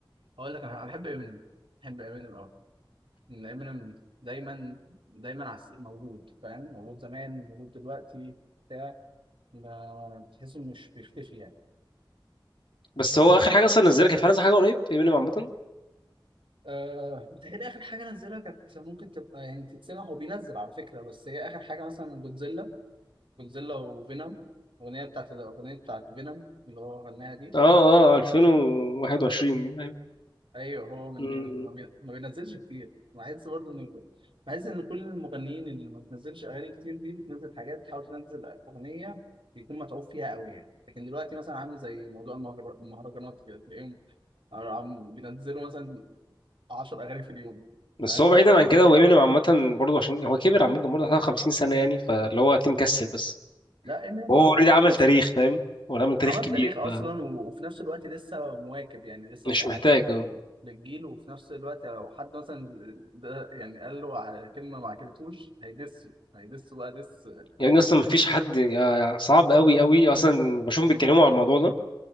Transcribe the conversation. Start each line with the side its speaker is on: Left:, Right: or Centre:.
Right: اقول لك انا بحب امينيم بحب امينيم ان امينيم دايما دايما عس- موجود فاهم موجود زمان موجود دلوقتي بتاع ما تحسه مش بيختفي يعني
Left: بس هو
Right: نمت
Left: آخر حاجة أصلا نزلها كانت في حاجة نزل حاجة قريب امينيم عامة
Right: أه بتهيألي آخر حاجة نزلها كانت ممكن تبقى يعني تتسمع هو بينزل على فكرة بس هي آخر حاجة مثلا من جودزيلا جودزيلا وفينوم الأغنية بتاعت الأغنية بتاعت فينوم اللي هو غناها دي
Left: اه اه 2021 يعني.
Right: ايوه هو من
Left: مم.
Right: ما بي- ما بينزلش كتير بحس برضه ان بحس ان كل المغنيين اللي ما بتنزلش اغاني كتير دي بتنزل حاجات بتحاول تنزل اغنيه يكون متعوب فيها قوي يعني لكن دلوقتي مثلا عامل زي موضوع المهر- المهرجانات كده تلاقيهم عم- بينزلوا مثلا 10 اغاني في اليوم
Left: بس
Right: فاهم
Left: هو بعيدا عن كده هو امينيم عامة برضه عشان هو كبر عامة برضه حوالي 50 سنة يعني فاللي هو هتلاقيه مكسل بس
Right: لا امينيم
Left: هو
Right: كتر
Left: اوريدي
Right: خيره
Left: عمل
Right: اصلا
Left: تاريخ فاهم هو عمل تاريخ
Right: عمل
Left: كبير
Right: تاريخ اصلا
Left: فمش
Right: و- وفي نفس الوقت لسه مواكب يعني لسه معاصر
Left: محتاج
Right: لل-
Left: آه.
Right: للجيل وفي نفس الوقت لو حد مثلا ده يعني قال له على كلمه ما عجبتوش هيدسه هيدسه بقى دس
Left: يعني
Right: قوي
Left: اصلا
Right: فاهم
Left: مفيش حد يا- صعب قوي قوي اصلا بشوف بيتكلموا على الموضوع ده